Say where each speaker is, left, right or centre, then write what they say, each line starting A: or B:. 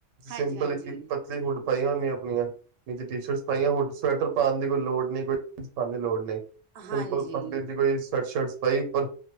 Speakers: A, on the right; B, on the right.
A: ਹਾਂਜੀ
B: ਸਿੰਪਲ
A: ਹਾਂਜੀ
B: ਕਿਰਤਕ ਥ੍ਰੀ ਹੂਡ ਪਾਈਆ ਹੁੰਦੀਆਂ ਆਪੀਆਂ ਨੀਚੇ ਟੀ-ਸ਼ਰਟਸ ਪਾਈਆਂ ਹੁਡਸ ਸਵੈਟਰ ਪਾਣ ਦੀ ਕੋਈ ਲੋੜ ਨੀ ਕੋਈ ਚੀਜ਼ ਪਾਣ ਦੀ ਲੋੜ ਨੀ
A: ਹਾਂਜੀ
B: ਸਿੰਪਲ ਪਤਲੀ ਦੀ ਕੋਈ ਸੈਵਟ ਸ਼ਰਟ ਪਾਈ ਉੱਪਰ